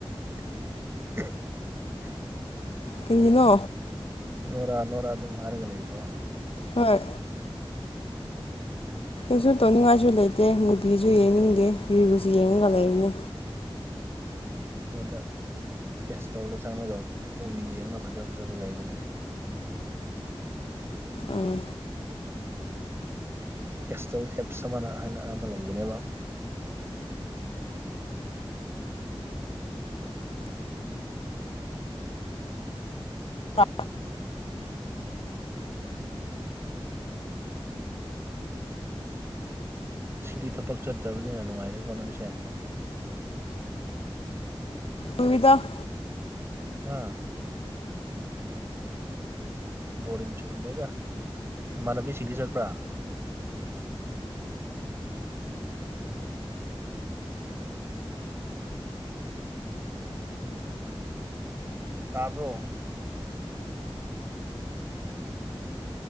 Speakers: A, on the right; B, on the left.
A: <inaudible>
B: ꯀꯔꯤꯒꯤꯅꯣ
A: ꯅꯔꯥ ꯅꯣꯔꯥ ꯑꯗꯨꯝ ꯍꯥꯏꯔꯒ ꯂꯩꯈ꯭ꯔꯣ
B: ꯍꯣꯏ ꯐꯦꯁꯕꯨꯠ ꯇꯧꯅꯤꯡꯉꯥꯏꯁꯨ ꯂꯩꯇꯦ ꯃꯨꯕꯤꯁꯨ ꯌꯦꯡꯅꯤꯡꯗꯦ ꯔꯤꯜꯁꯨ ꯌꯦꯡꯉꯒ ꯂꯩꯔꯤꯅꯦ
A: ꯑꯩꯉꯣꯟꯗ ꯀꯦꯁꯇꯦꯜꯗ ꯆꯪꯉꯒ ꯃꯨꯚꯤ ꯌꯦꯡꯅ ꯐꯖ ꯐꯖꯕ ꯂꯩꯕꯅꯦ
B: ꯎꯥ
A: ꯀꯦꯁꯇꯦꯜ ꯑꯦꯞꯁ ꯑꯃꯅ ꯍꯥꯏꯅ ꯑꯃ ꯂꯩꯕꯅꯦꯕ <inaudible>
B: ꯊ
A: ꯑꯁꯤꯗꯤ ꯊꯕꯛ ꯆꯠꯇꯕꯅꯤꯅ ꯅꯨꯡꯉꯥꯏꯔꯦꯀꯣ ꯅꯪꯁꯦ
B: UNINTELLIGIBLE
A: ꯑꯥ ꯕꯣꯔꯤꯡ ꯆꯨꯔꯝꯂꯣꯏꯗ ꯅꯃꯥꯟꯅꯕꯤꯁꯤꯡꯗꯤ ꯆꯠꯄ꯭ꯔꯥ ꯇꯥꯕ꯭ꯔꯣ